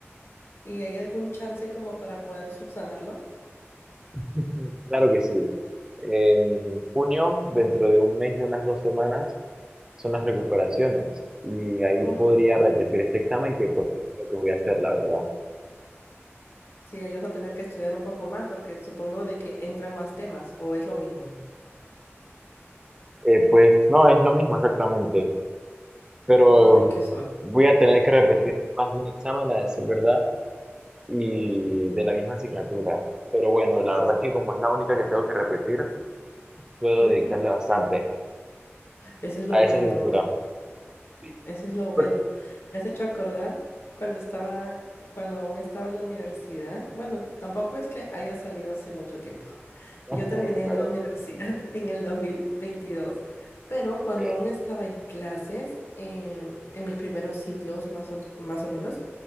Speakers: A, on the left (about 55°); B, on the right (about 15°).
A: ¿Y hay algún chance como para poder subsanarlo?
B: Mm, Claro que sí. En junio, dentro de un mes y unas dos semanas, son las recuperaciones y ahí
A: Oh,
B: podría repetir este examen que pues es lo que voy a hacer, la verdad.
A: sí, ahí vas a tener que estudiar un poco más porque supongo de que entran más temas o es lo mismo.
B: Eh, pues no, es lo mismo exactamente. pero
A: Ay, qué suerte.
B: voy a tener que repetir más de un examen, a decir verdad, y de la misma asignatura. Pero bueno, la verdad es que como es la única que tengo que repetir, puedo
A: Ujú,
B: dedicarle bastante
A: Eso es lo
B: a
A: bueno.
B: esa asignatura. Sí.
A: Eso es lo bueno.
B: Pero-
A: Me has hecho acordar cuando estaba, cuando aún estaba en la universidad. Bueno, tampoco es que haya salido hace mucho tiempo.
B: <laughs>
A: Yo terminé
B: Claro,
A: la universidad <laughs> en el 2022, pero
B: ok,
A: cuando aún estaba en clases, em, en mis primeros ciclos, más o, más o menos,